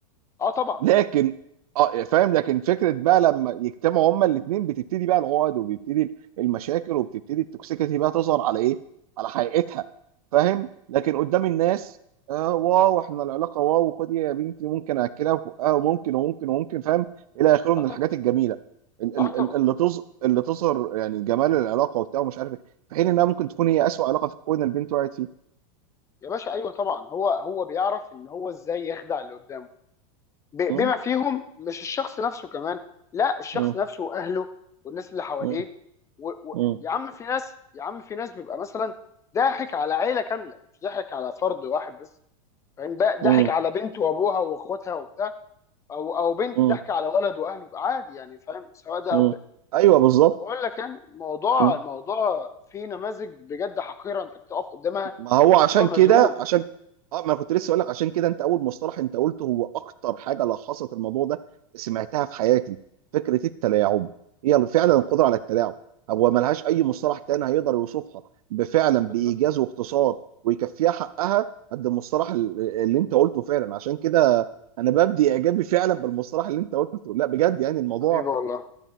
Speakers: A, on the left (about 15°); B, on the right (about 85°).
A: اه طبعا
B: لكن اه فاهم لكن فكره بقى لما يجتمعوا هما الاثنين بتبتدي بقى العقد وبيبتدي المشاكل وبتبتدي التوكسيكيتي بقى تظهر على ايه؟ على حقيقتها فاهم؟ لكن قدام الناس آه واو احنا العلاقه واو خدي يا بنتي ممكن اكلها في بقها وممكن وممكن وممكن فاهم؟ الى اخره من
A: اه طبعا
B: الحاجات الجميله ال-
A: اه
B: ال-
A: طبعا
B: ال- اللي تظ اللي تظهر يعني جمال العلاقه وبتاع ومش عارف ايه في حين انها ممكن تكون هي اسوء علاقه في الكون البنت وقعت فيه.
A: يا باشا ايوه طبعا هو هو بيعرف ان هو ازاي يخدع اللي قدامه ب-
B: مم.
A: بما فيهم مش الشخص نفسه كمان لا الشخص
B: مم.
A: نفسه واهله والناس اللي حواليه
B: مم.
A: و... و...
B: مم.
A: يا عم في ناس يا عم في ناس بيبقى مثلا ضاحك على عيله كامله مش ضاحك على فرد واحد بس فاهم بقى
B: مم.
A: ضاحك على بنت وابوها واخواتها وبتاع او او بنت
B: مم.
A: ضاحكه على ولد واهله عادي يعني فاهم سواء ده
B: مم.
A: او ده
B: ايوه بالظبط
A: طب اقول لك يعني الموضوع
B: مم.
A: الموضوع فيه نماذج بجد حقيره انت بتقف قدامها
B: ما هو عشان
A: بتبقى مذهول
B: كده عشان اه ما أنا كنت لسه اقول لك عشان كده انت اول مصطلح انت قلته هو اكتر حاجه لخصت الموضوع ده سمعتها في حياتي فكره التلاعب هي فعلا القدره على التلاعب هو ما لهاش اي مصطلح تاني هيقدر يوصفها بفعلا
A: بالظبط
B: بايجاز واختصار ويكفيها حقها قد المصطلح ال- اللي انت قلته فعلا عشان كده انا ببدي اعجابي فعلا بالمصطلح اللي انت قلته لا بجد يعني الموضوع
A: حبيبي والله